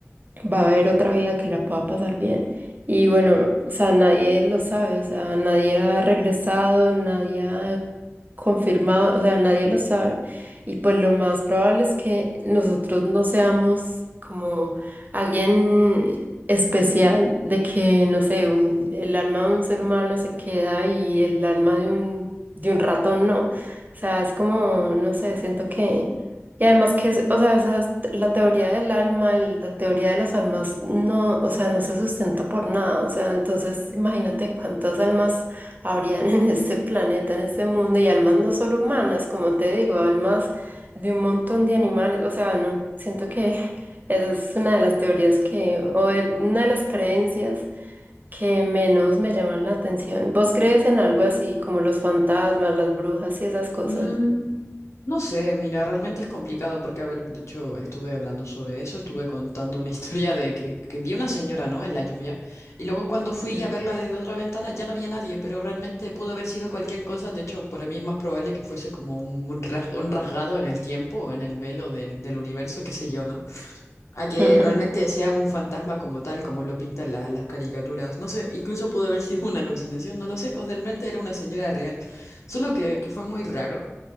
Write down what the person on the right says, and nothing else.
va a haber otra vida que la pueda pasar bien. Y bueno, o sea, nadie lo sabe, o sea, nadie ha regresado, nadie ha confirmado, o sea, nadie lo sabe. Y pues lo más probable es que nosotros no seamos como alguien especial, de que, no sé, un- el alma de un ser humano se queda y el alma de un, de un ratón no. O sea, es como, no sé, siento que... Y además que, es- o sea, esas- la teoría del alma, el- la teoría de las almas, no, o sea, no se sustenta por nada. O sea, entonces imagínate cuántas almas habrían <laughs> en este planeta, en este mundo, y almas no solo humanas, como te digo, almas de un montón de animales. O sea, no, siento que <laughs> esa es una de las teorías que, o de- una de las creencias que menos me llaman la atención. ¿Vos crees en algo así como los fantasmas, las brujas y esas cosas?
Mm,
<laughs> mm.